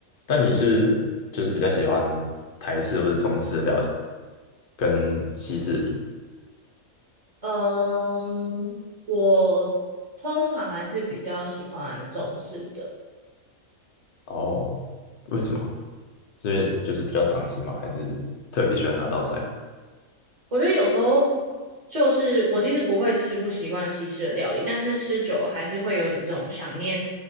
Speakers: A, on the left; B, on the right.
A: 但你是就是比较喜欢台式或是中式的料理吗？跟西式的比？
B: 嗯，我通常还是比较喜欢中式的。
A: 哦，为什么？所以就是比较常吃吗？还是特别喜欢哪道菜？
B: 我觉得有时候就是我其实不会吃不习惯西式的料理，但是吃久了还是会有一种想念